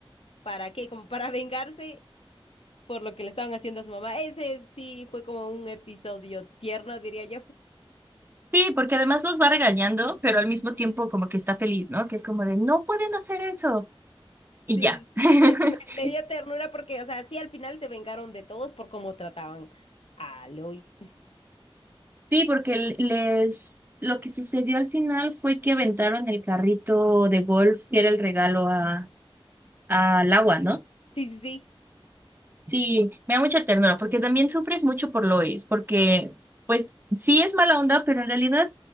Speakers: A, on the left; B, on the right.
A: ¿para qué? Como para <laughs> vengarse por lo que le estaban haciendo a su mamá. Ese sí fue como un episodio tierno, diría yo.
B: Sí, porque además los va regañando, pero al mismo tiempo como que está feliz, ¿no? Que es como de, no pueden hacer eso. Y
A: Sí,
B: ya. <laughs>
A: me, me- me dio ternura porque, o sea, sí, al final se vengaron de todos por cómo trataban a Lois. <laughs>
B: Sí, porque les lo que sucedió al final fue que aventaron el carrito de golf que era el regalo a al agua, ¿no?
A: Sí, sí, sí.
B: Sí, me da mucha ternura, porque también sufres mucho por Lois, porque pues sí es mala onda, pero en realidad